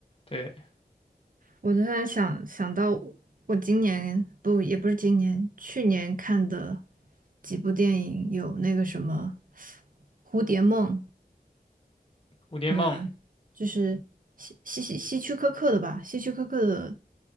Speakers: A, on the left (about 35°); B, on the right (about 55°).
A: 对，
B: 我突然想想到，我今年不也不是今年，去年看的几部电影，有那个什么《蝴蝶梦》，
A: 《蝴蝶梦》，
B: 你知道吧？就是希希希希区柯克的吧，希区柯克的